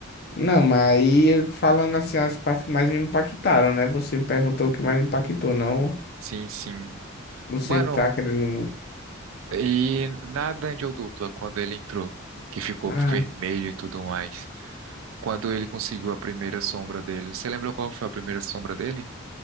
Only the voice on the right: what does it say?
Sim, sim.
Mano,
e na dungeon dupla, quando ele entrou, que ficou
vermelho e tudo mais, quando ele conseguiu a primeira sombra dele, você lembra qual foi a primeira sombra dele?